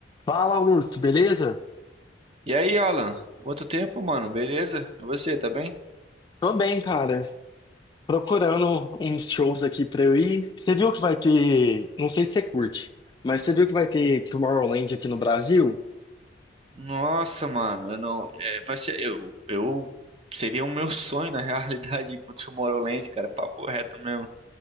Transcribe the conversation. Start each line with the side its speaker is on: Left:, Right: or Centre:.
Left: Fala, Augusto, beleza?
Right: E aí, Alan? Quanto tempo, mano? Beleza? E Você, tá bem?
Left: Tô bem, cara. Procurando uns shows aqui pra eu ir. Você viu que vai ter. Não sei se você curte, mas você viu que vai ter Tomorrowland aqui no Brasil?
Right: Nossa, mano, eu não. é, vai ser. Eu, eu. Seria o meu sonho, na <laughs> realidade, ir pro Tomorrowland, cara. Papo reto mesmo.